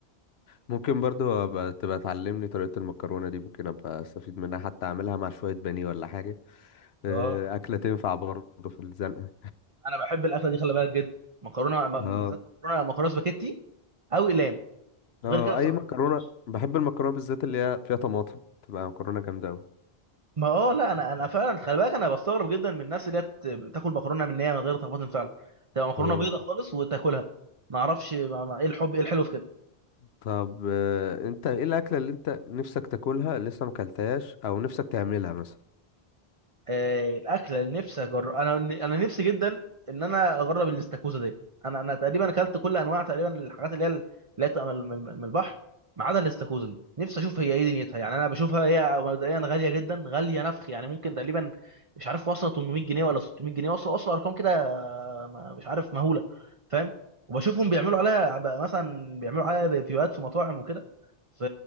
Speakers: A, on the left; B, on the right.
A: ممكن برضو أبقى تبقى تعلمني طريقة المكرونة دي ممكن أبقى أستفيد منها حتى أعملها مع شوية بانيه ولا حاجة آه،
B: اه
A: أكلة تنفع برضو في الزنقة
B: انا بحب الاكله دي خلي بالك جدا مكرونه م-
A: <laughs> اه
B: بالذات مكرونه مكرونه سباكيتي او اقلام
A: اه
B: غير كده بصراحه
A: أي مكرونة
B: ما بحبهاش
A: بحب المكرونة بالذات اللي هي فيها طماطم تبقى مكرونة جامدة أوي
B: ما اه لا انا انا فعلا خلي بالك انا بستغرب جدا من الناس اللي هي بت- بتاكل مكرونه من نيه من غير تخبط فعلا تبقى مكرونه
A: اه
B: بيضه خالص وتاكلها ما اعرفش ما- ما- ايه الحب ايه الحلو في كده
A: طب آه، أنت إيه الأكلة اللي أنت نفسك تاكلها لسه مكلتهاش أو نفسك تعملها مثلا
B: آه، الاكله اللي نفسي اجرب انا انا نفسي جدا ان انا اجرب الاستاكوزا دي انا انا تقريبا اكلت كل انواع تقريبا الحاجات اللي هي اللي هي بتبقى من من- من البحر ما عدا الاستاكوزا دي نفسي اشوف هي ايه دنيتها يعني انا بشوفها هي مبدئيا غاليه جدا غاليه نفخ يعني ممكن تقريبا مش عارف واصله 800 جنيه ولا 600 جنيه واصله واصله ارقام كده آه، ما- مش عارف مهوله فاهم وبشوفهم بيعملوا عليها بقى مثلا بيعملوا عليها ريفيوهات في مطاعم وكده ف-